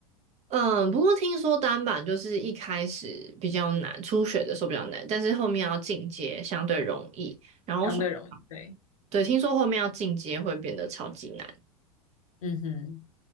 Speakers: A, on the right; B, on the left.
A: 嗯，不过听说单板就是一开始比较难，初学的时候比较难，但是后面要进阶相对容易。然后说，
B: 相对容易。对，
A: 对，听说后面要进阶会变得超级难。
B: 嗯哼，